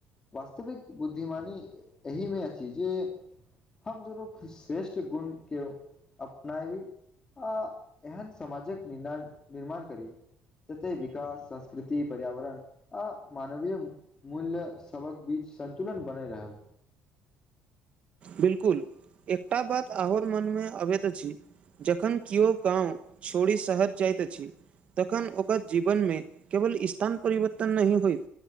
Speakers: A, on the left (about 20°); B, on the right (about 35°).
A: वास्तविक बुद्धिमानी एहिमे अछि जे हम दुनू श्रेष्ठ गुण के अपनायी आ एहन समाजक निर्माण करी। जते विकास संस्कृति पर्यावरण आ मानवीय मूल्य सबक बीच संन्तुलन बनय रहल
B: बिलकुल, एकटा बात आओर मनमे अबैत अछि। जखन किओ गाँंव छोड़ी शहर जाइत अछि तखन ओकर जीवनमे केवल स्थान परिवर्तन नहि होयत